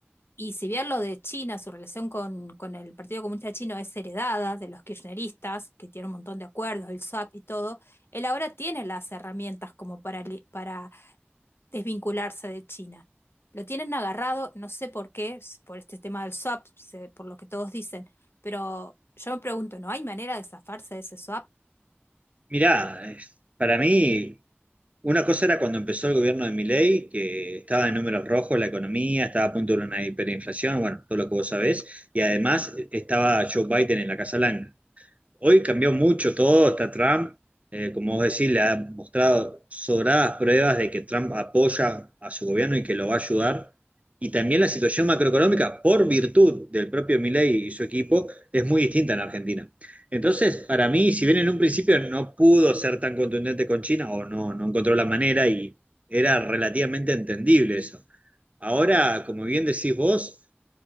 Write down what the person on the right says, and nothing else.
mirá, es- para mí... Una cosa era cuando empezó el gobierno de Milei, que estaba en números rojos la economía, estaba a punto de una hiperinflación, bueno, todo lo que vos sabés, y además estaba Joe Biden en la Casa Blanca. Hoy cambió mucho todo, está Trump, eh, como vos decís, le ha mostrado sobradas pruebas de que Trump apoya a su gobierno y que lo va a ayudar. Y también la situación macroeconómica, por virtud del propio Milei y su equipo, es muy distinta en Argentina. Entonces, para mí, si bien en un principio no pudo ser tan contundente con China o no, no encontró la manera y era relativamente entendible eso. Ahora, como bien decís vos,